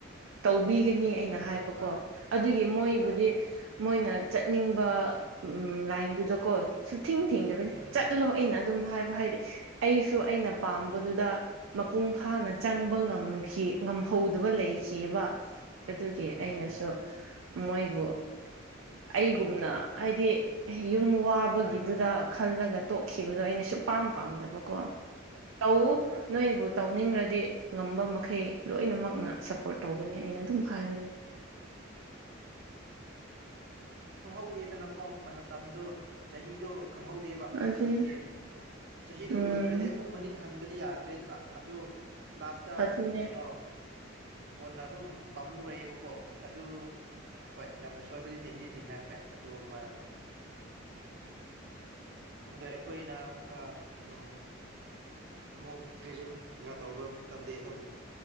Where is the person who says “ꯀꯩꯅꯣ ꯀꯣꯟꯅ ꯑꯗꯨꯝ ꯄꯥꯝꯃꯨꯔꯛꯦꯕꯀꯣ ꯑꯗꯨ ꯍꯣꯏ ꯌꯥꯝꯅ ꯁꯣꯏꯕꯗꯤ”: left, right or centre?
Right